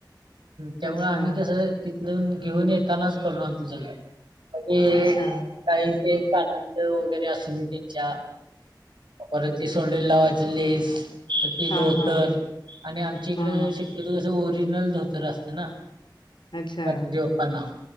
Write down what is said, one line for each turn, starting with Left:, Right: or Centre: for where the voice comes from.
Right: त्यामुळे
Left: अच्छा
Right: आम्ही कसं जाऊन घेऊन येतानाच करून आनतु सगळं, म्हणजे
Left: अच्छा
Right: काही ते कान वगैरे अस त्यांच्या, परत ते सोंडेला लावायच लेस. ती
Left: हा
Right: धोतर,
Left: हा
Right: आणि आमच्याहीकडं
Left: हा
Right: शक्यतो कसं ओ रीजिनल धोतर असतं ना,
Left: अच्छा
Right: गणपती बाप्पांना.